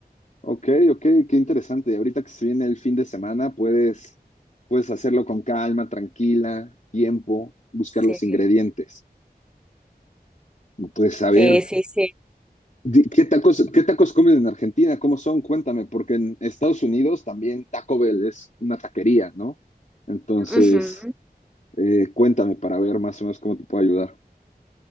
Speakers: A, on the left; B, in the centre.
A: Ok, ok, qué interesante. Y ahorita que se viene el fin de semana, puedes, puedes hacerlo con calma, tranquila, tiempo, buscar
B: Sí,
A: los ingredientes. Pues a ver,
B: sí, sí, sí.
A: di- ¿qué tacos, qué tacos comen en Argentina? ¿Cómo son? Cuéntame, porque en Estados Unidos también Taco Bell es una taquería, ¿no? Entonces,
B: Ujú.
A: eh, cuéntame para ver más o menos cómo te puedo ayudar.